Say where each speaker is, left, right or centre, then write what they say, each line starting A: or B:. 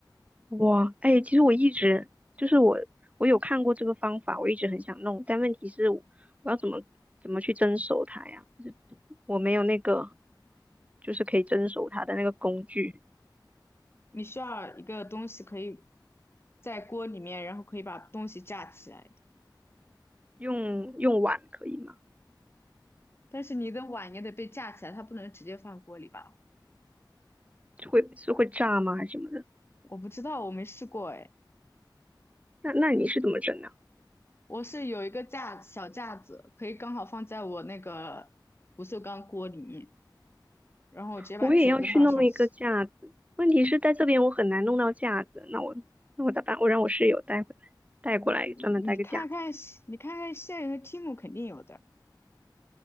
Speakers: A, on the right (about 15°); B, on the left (about 30°).
A: 哇，哎，其实我一直就是我，我有看过这个方法，我一直很想弄，但问题是我要怎么怎么去蒸熟它呀？我没有那个，就是可以蒸熟它的那个工具，
B: 你需要一个东西可以在锅里面，然后可以把东西架起来。
A: 用用碗可以吗？
B: 但是你的碗也得被架起来，它不能直接放锅里吧？
A: 会是会炸吗？还是什么的？
B: 我不知道，我没试过哎。
A: 那那你是怎么整的？
B: 我是有一个架小架子，可以刚好放在我那个不锈钢锅里面，然后我直接把茄子放上去。
A: 我也要去弄一个架子，问题是在这边我很难弄到架子，那我那我咋办？我让我室友带回来，带过来专门带个架子。
B: 你你看看，你看看现有的 Tim 肯定有的。